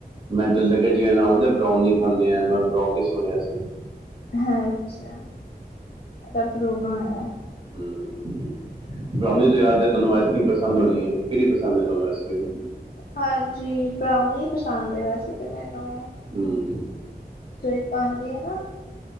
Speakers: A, on the right; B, on the left.
A: ਮੈਨ ਤੇ ਲੱਗਿਆ ਜਿਵੇਂ ਨਾਮ ਆ ਬ੍ਰਉਨੀ ਖਾਂਦੇ ਆ, ਮੈਂ ਬਰਾਾਨੀ ਸੁਣਿਆ ਸੀ।
B: ਅੱਛਾ, ਇਹਦਾ ਬਰੂਨੋ ਹੈ।
A: ਹਮ। ਬਰਾਉਨੀ ਤੋਂ ਯਾਦ ਹੈ ਤੁਹਾਨੂੰ ਆਈਸ ਕ੍ਰੀਮ ਪਸੰਦ ਹੋਣੀ ਹੈ, ਕਿਹੜੀ ਪਸੰਦ ਹੈ ਤੁਹਾਨੂੰ ਆਈਸ ਕ੍ਰੀਮ?
B: ਹਾਂਜੀ, ਬਰਾਊਨੀ ਹੀ ਪਸੰਦ ਹੈ ਵੈਸੇ ਤਾਂ ਮੈਨੂੰ
A: ਹਮ।
B: ਤੂੰ ਹੀ ਪਾਲੇ ਹੈ ਨਾ।